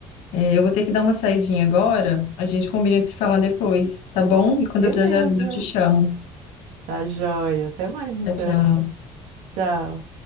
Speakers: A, on the left; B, on the right.
A: É, eu vou ter que dar uma saidinha agora, a gente combina de se falar depois, tá bom?
B: <laughs>
A: E quando
B: beleza.
A: eu precisar de ajuda, eu te chamo.
B: Tá joia. Até mais então.
A: Tchau, tchau.
B: Tchau.